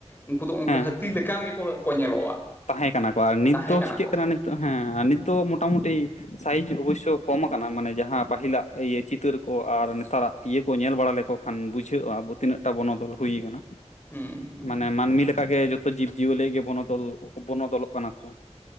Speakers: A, on the left; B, on the left.
A: ᱩᱱᱠᱩ ᱫᱚ ᱚᱱᱠᱟ
B: ᱦᱮᱸ
A: ᱦᱟᱹᱛᱤ ᱞᱮᱠ ᱠᱟᱱ ᱜᱮᱠᱚ ᱠᱚ ᱧᱮᱞᱚᱜᱼᱟ
B: ᱛᱟᱦᱮᱸ ᱠᱟᱱᱟ ᱠᱚ ᱟᱨ ᱱᱤᱛ
A: ᱛᱟᱦᱮᱸ
B: ᱫᱚ ᱪᱤᱠᱟᱹᱜ
A: ᱠᱚ
B: ᱠᱟᱱᱟ ᱱᱤᱛᱚᱜ ᱦᱮᱸ ᱱᱤᱛ ᱫᱚ ᱢᱚᱴᱟᱢᱩᱴᱤ ᱥᱟᱭᱤᱡᱽ ᱚᱵᱚᱥᱥᱚ ᱠᱚᱢ ᱠᱟᱱᱟ ᱢᱟᱱᱮ ᱡᱟᱦᱟᱸ ᱯᱟᱹᱦᱤᱞᱟᱜ ᱤᱭᱟᱹ ᱪᱤᱛᱟᱹᱨ ᱠᱚ ᱟᱨ ᱱᱮᱛᱟᱨᱟᱜ ᱤᱭᱟᱹ ᱠᱚ ᱧᱮᱞ ᱵᱟᱲᱟ ᱞᱮᱠᱚ ᱠᱷᱟᱱ ᱵᱩᱡᱷᱟᱹᱜ-ᱟ ᱟᱵᱚ ᱛᱤᱱᱟᱹᱜ ᱴᱟ ᱵᱚᱱᱚᱫᱚᱞ ᱦᱩᱭ ᱟᱠᱟᱱᱟ
A: ᱦᱩᱸ ᱦᱩᱸ
B: ᱢᱟᱱᱮ ᱢᱟᱹᱱᱢᱤ ᱞᱮᱠᱟᱜᱮ ᱡᱚᱛᱚ ᱡᱤᱵᱽ ᱡᱤᱭᱟᱹᱞᱤ ᱜᱮ ᱵᱚᱱᱚᱫᱚᱞ ᱵᱚᱱᱚᱫᱚᱞᱚᱜ ᱠᱟᱱᱟ ᱠᱚ